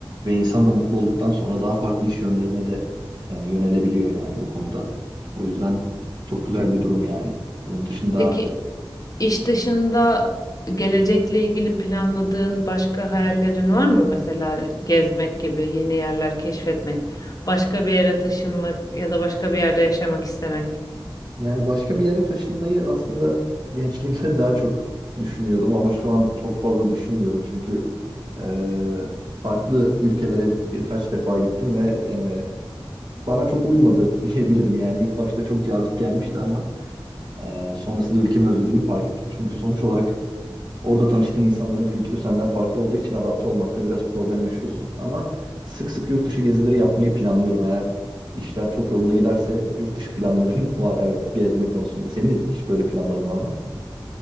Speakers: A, on the right; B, on the left.
A: ve insan da mutlu olduktan sonra daha farklı iş yönlerine de e, yönelebiliyor yani bu konuda. O yüzden çok güzel bir durum yani. Bunun dışında
B: Peki İş dışında gelecekle ilgili planladığın başka hayallerin var mı? Mesela gezmek gibi, yeni yerler keşfetmek, başka bir yere taşınmak ya da başka bir yerde yaşamak istemek.
A: Yani başka bir yere taşınmayı aslında gençliğimde <laughs> daha çok düşünüyordum ama şu an çok fazla düşünmüyorum çünkü eee, farklı ülkelere birkaç defa gittim ve eee, bana çok uymadı <laughs> diyebilirim. Yani ilk başta çok cazip gelmişti ama eee, sonrasında ülkemi özlediğimi fark ettim. Çünkü sonuç olarak Orada tanıştığın insanların kültürü senden farklı olduğu için adapte olmakta biraz problem yaşıyorsun. Ama sık sık yurt dışı gezileri yapmayı planlıyorum. Eğer işler çok yolunda giderse yurt dışı planlarım <laughs> var evet gezme konusunda. Senin hiç böyle planların var mı?